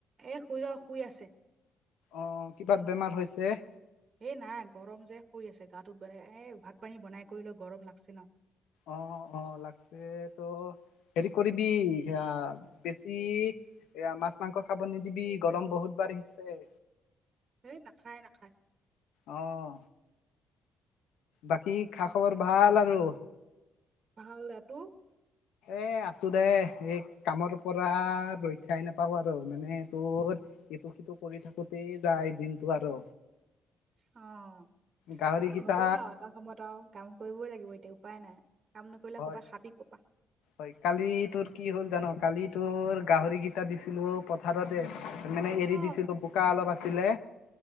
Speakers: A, on the right (about 45°); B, on the left (about 80°).
A: এ খুৰীদৌ শুই আছে।
B: অঁ কিবা বেমাৰ হৈছে।
A: এই নাই গৰম যে শুই আছে গাটোত মানে এ ভাত পানী বনাই কৰি লৈ গৰম লাগছে ন।
B: অঁ অঁ লাগছে তো হেৰি কৰিবি সেয়া বেছি- এয়া মাছ মাংস খাব নিদিবি গৰম বহুত বাৰহিছে।
A: এই নাখায় নাখায়।
B: অঁ। বাকী খা খবৰ ভাল আৰু।
A: ভাল দে তো।
B: এ আছো দে এই কামৰ পৰা ৰক্ষাই নাপাও আৰু মানে তোৰ- ইটো সিটো কৰি থাকোতেই যায় দিনটো আৰু।
A: অঁ
B: গাহৰি
A: বা
B: কেইটা
A: হ'বই আৰু এটা সময়ত আৰু কাম কৰিবই লাগিব এতিয়া উপায় নাই। কাম কৰিললে
B: হয়
A: কপা খাবি কপা।
B: হয় কালি তোৰ কি হ'ল জান কালি তোৰ গাহৰিগিটা দিছিলো পথাৰতে- মানে এৰি
A: অ
B: দিছিলো বোকা অলপ আছিলে।